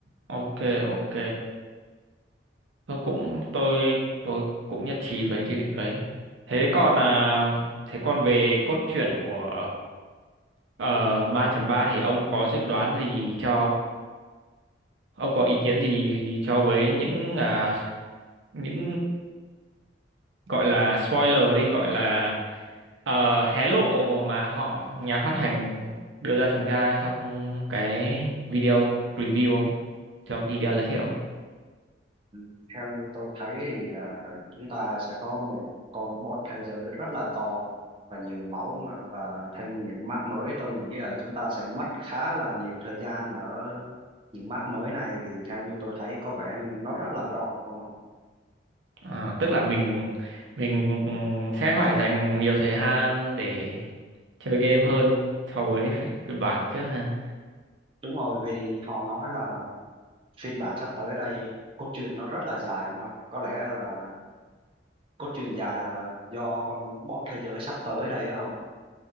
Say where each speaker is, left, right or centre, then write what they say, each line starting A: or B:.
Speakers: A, on the right; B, on the right.
A: ok ok tôi cũng tôi tôi cũng nhất trí với cái việc đấy thế còn
B: và
A: à, thế còn về cốt truyện của ờ, ba chấm ba thì ông có dự đoán gì cho ông có ý kiến gì cho với những à, những gọi là spoiler đi gọi là ờ, hé lộ mà họ nhà phát hành đưa ra chúng ta trong cái video preview không cho video giới thiệu
B: ừ, theo như tôi thấy thì ờ, chúng ta sẽ có một con boss thế giới rất là to và nhiều máu không ạ? và thêm những map mới tôi nghĩ là chúng ta sẽ mất khá là nhiều thời gian ở những map mới này vì theo như tôi thấy có vẻ như nó rất là rộng không ạ
A: À, tức là mình mình sẽ phải dành nhiều thời gian để chơi game hơn so với phiên bản trước ha.
B: Đúng rồi, vì họ nói là phiên bản sắp tới đây cốt truyện nó rất là dài đúng không ạ? Có lẽ là cốt truyện dài là do con boss thế giới sắp tới đây á không?